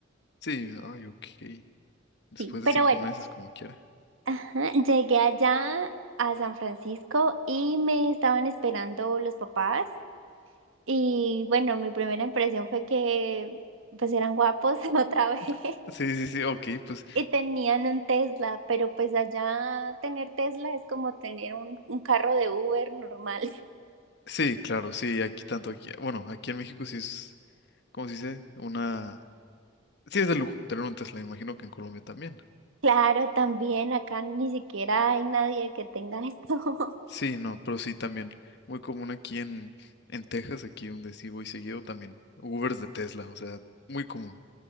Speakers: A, on the left; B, on the right.
A: Sí, ay, ok. Después
B: Sí, pero
A: de cinco
B: bueno,
A: meses, como quiera.
B: Ajá, Llegué allá a San Francisco y me estaban esperando los papás. Y bueno, mi primera impresión fue que pues eran guapos <laughs> otra vez
A: No. Sí, sí, sí, ok, pues
B: y tenían un Tesla, pero pues allá tener Tesla es como tener un, un carro de Uber normal. <laughs>
A: sí, claro, sí, aquí tanto aquí. Bueno, aquí en México sí es, ¿cómo se dice? Una... Sí es de lujo tener un Tesla, imagino que en Colombia también.
B: Claro, también acá ni siquiera hay nadie que tenga esto. <laughs>
A: Sí, no, pero sí también. Muy común aquí en, en Texas, aquí donde sí voy seguido también. Ubers de Tesla, o sea, muy común.